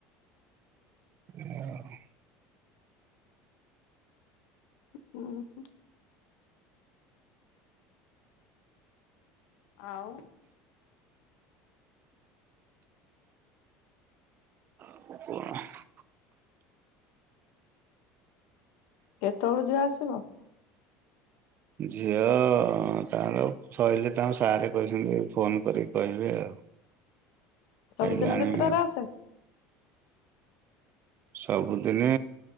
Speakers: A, on the right (about 35°); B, on the left (about 65°).
A: ଏୟା ଆଉ।
B: ହୁଁ, ହୁଁ। ଆଉ
A: <inaudible>
B: କେତେବେଳୁ ଝିଅ ଆସିବ?
A: ଝିଅ ତାର ସରିଲେ ତାଙ୍କ ସାରେ କହିଛନ୍ତି ଫୋନ କରିକି କହିବେ ଆଉ।
B: ସବୁଦିନ
A: ଯାଇକି ଆଣିବେ
B: କେତେଟାରେ
A: ଆଉ।
B: ଆସେ?
A: ସବୁଦିନେ